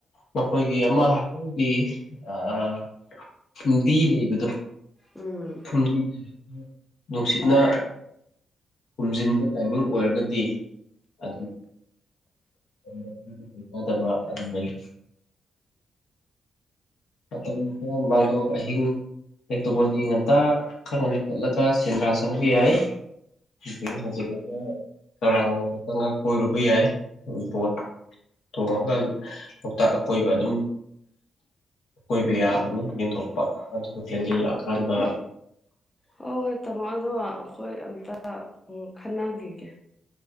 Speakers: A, on the left; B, on the left.
A: ꯃꯈꯣꯏꯒꯤ ꯑꯃ ꯍꯈꯣꯏꯒꯤꯗꯤ ꯂꯩꯕꯗꯣ
B: ꯎꯝ
A: <inaudible> ꯅꯨꯡꯁꯤꯠꯅ ꯍꯨꯝꯖꯤꯟꯕ ꯇꯥꯏꯃꯤꯡ ꯑꯣꯏꯔꯒꯗꯤ ꯑꯗꯨꯝ <inaudible> ꯆꯥꯗꯕ ꯑꯗꯨ ꯂꯩꯩ ꯃꯇꯝ ꯈꯔ ꯃꯥꯡꯗꯣꯛ ꯑꯍꯤꯡ ꯑꯦꯛꯇꯣꯕꯔꯗꯒꯤ ꯉꯇ ꯈꯪ ꯉꯟꯗ ꯆꯠꯂꯒ ꯁꯦꯟꯗ꯭ꯔꯥ ꯆꯪꯕ ꯌꯥꯏ ꯑꯗꯒꯤ ꯍꯧꯖꯤꯜꯂꯒ ꯀꯔꯥꯡꯣꯗ ꯈꯪꯉꯒ ꯀꯣꯏꯔꯨꯕ ꯌꯥꯏ ꯕꯣꯠ ꯊꯣꯡꯉꯒ ꯂꯣꯛꯇꯥꯛ ꯑꯀꯣꯏꯕ ꯑꯗꯨꯝ ꯀꯣꯏꯕ ꯌꯥꯕꯅꯤ ꯌꯦꯟꯊꯣꯛꯄ ꯑꯗꯨꯒ ꯊꯦꯡꯖꯤꯜꯂꯛꯑꯀꯥꯟꯗ
B: ꯍꯣꯏ ꯍꯣꯏ ꯇꯥꯃꯣ ꯑꯗꯣ ꯑꯩꯈꯣꯏ ꯑꯝꯇ ꯑꯣ ꯈꯟꯅꯈꯤꯒꯦ